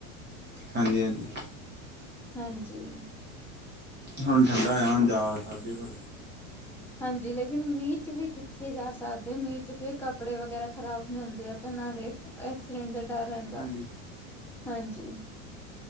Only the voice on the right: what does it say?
ਹਾਂਜੀ ਹਾਂਜੀ।
ਹੁਣ ਠੰਡਾ ਹੋਇਆ ਹੁਣ ਜਾ ਸਕਦੇ ਪਰ।
ਹਾਂਜੀ